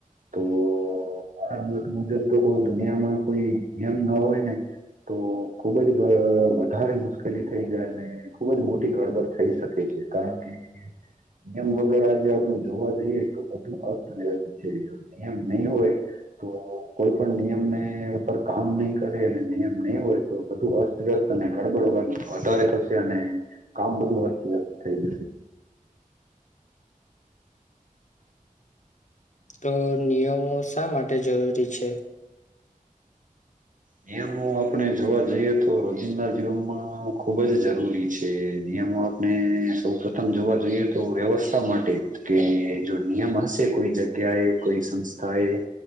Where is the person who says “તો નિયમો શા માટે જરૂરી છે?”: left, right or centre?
Left